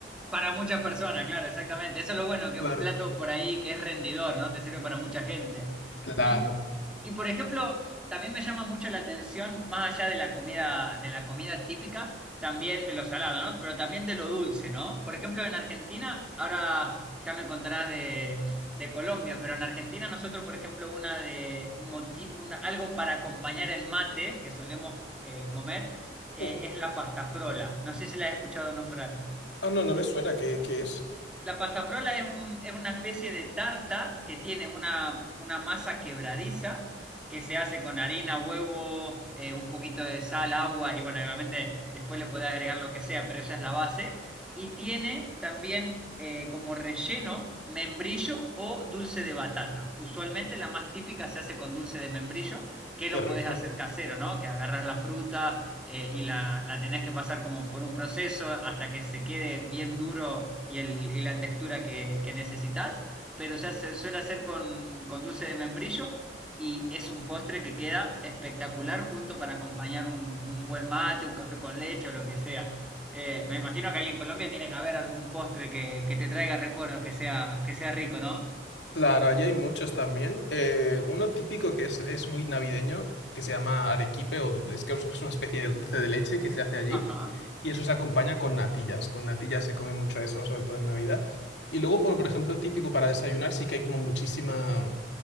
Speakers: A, in the centre; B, on the left.
A: Para muchas personas, claro, exactamente. Eso es lo bueno, que
B: Claro.
A: es un plato por ahí que es rendidor, ¿no? Te sirve para mucha gente.
B: Claro.
A: Y, y por ejemplo, también me llama mucho la atención, más allá de la comida, de la comida típica, también de lo salado, ¿no? Pero también de lo dulce, ¿no? Por ejemplo, en Argentina, ahora ya me contarás de, de Colombia, pero en Argentina nosotros, por ejemplo, una de un moti- una- algo para acompañar el mate que solemos eh, comer eh,
B: Mm.
A: es la pastafrola. No sé si la has escuchado nombrar.
B: Ah, no, no me suena, ¿qué, qué es?
A: La pastafrola es, un- es una especie de tarta que tiene una, una masa quebradiza que se hace con harina, huevo, eh, un poquito de sal, agua y bueno, obviamente después le puede agregar lo que sea, pero esa es la base. Y tiene también eh, como relleno membrillo o dulce de batata. Usualmente la más típica se hace con dulce de membrillo, que
B: Qué
A: lo
B: rico.
A: podés hacer casero, ¿no? Que agarras la fruta, eh, y la, la tenés que pasar como por un proceso hasta que se quede bien duro y, el, y la textura que, que necesitas, pero ya se suele hacer con, con dulce de membrillo y es un postre que queda espectacular junto para acompañar un, un buen mate, un café con leche o lo que sea. Eh, me imagino que ahí en Colombia tiene que haber algún postre que, que te traiga recuerdos, que sea, que sea rico, ¿no?
B: Claro, allí hay muchos también. Eh, uno típico que es, es muy navideño, que se llama arequipe, o dul- es que es una especie de dulce de leche que se hace allí,
A: Ajá,
B: y eso se acompaña con natillas. Con natillas se come mucho eso, sobre todo en Navidad. Y luego, por, por ejemplo, típico para desayunar, sí que hay como muchísima